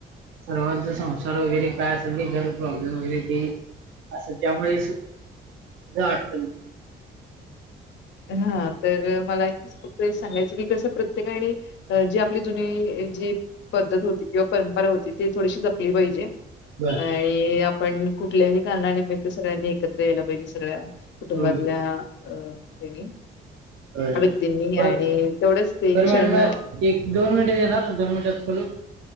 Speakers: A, on the right; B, on the left.
A: सर्वांचा संसार वगैरे काय असेल क घर प्रॉब्लेम वगैरे ते असं त्यामुळे अथल
B: हा तर मला खूप सांगायच की कस प्रत्येका जी आपली जुनी जी पद्धत होती किंवा परंपरा होती. ते थोडीशी जपली पाहिजे,
A: बर
B: आणि पण कुठल्याही कारणानिमित्त सगळ्यांनी एकत्र यायला पाहिजे, सगळ्या कुटुंबातल्या
A: होय,
B: अ होग.
A: होय, होय.
B: व्यक्तींनी
A: बर
B: आणि तेवढंच ते
A: बर
B: क्षण
A: मॅडम एक दोन मिनिटात येणार दोन मिनिटात बोलून